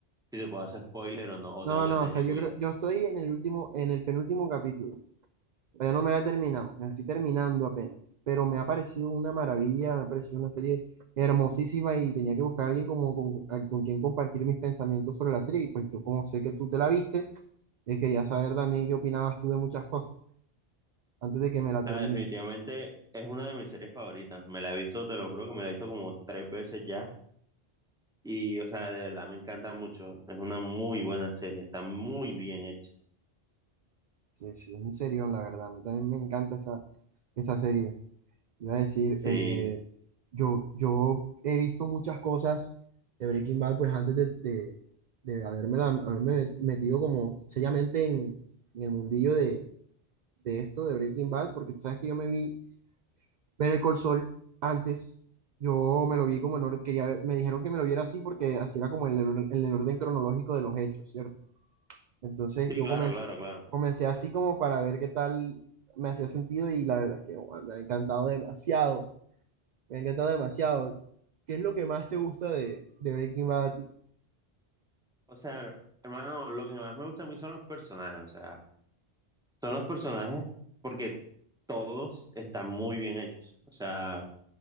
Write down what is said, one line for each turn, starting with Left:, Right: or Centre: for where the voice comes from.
Centre: si te puedo hacer spoiler o no, o
Right: No,
Centre: tengo que
Right: no,
Centre: tener
Right: o sea, yo
Centre: cuidado?
Right: creo, yo estoy en el último, en el penúltimo capítulo. Todavía no me la he terminado, la estoy terminando apenas, pero me ha parecido una maravilla, me ha parecido una serie hermosísima y tenía que buscar a alguien como con, a- con quien compartir mis pensamientos sobre la serie y pues yo como sé que tú te la viste, eh, quería saber también qué opinabas tú de muchas cosas antes de que me la termine.
Centre: Ah, definitivamente es una de mis series favoritas. Me la he visto, te lo juro que me la he visto como tres veces ya y, o sea, de verdad me encanta mucho. Es una muy buena serie, está muy bien hecha.
Right: Sí, sí, es un serión, la verdad, a mí también me encanta esa, esa serie. Iba a decir,
Centre: Sí,
Right: eh, yo, yo he visto muchas cosas de Breaking Bad, pues antes de, de, de haberme, la- haberme metido como seriamente en, en el mundillo de, de esto, de Breaking Bad, porque tú sabes que yo me vi ver el Sol antes, yo me lo vi como en orden, quería ver- me dijeron que me lo viera así porque así era como en el, or- en el orden cronológico de los hechos, ¿cierto? Entonces
Centre: sí,
Right: yo
Centre: claro,
Right: comencé,
Centre: claro, claro.
Right: comencé así como para ver qué tal me hacía sentido y la verdad es que bueno, me ha encantado demasiado. Me ha encantado demasiado. ¿Qué es lo que más te gusta de, de Breaking Bad? a ti?
Centre: O sea, hermano, lo que más me gusta a mí son los personajes, o sea. Son los personajes porque todos están muy bien hechos. O sea,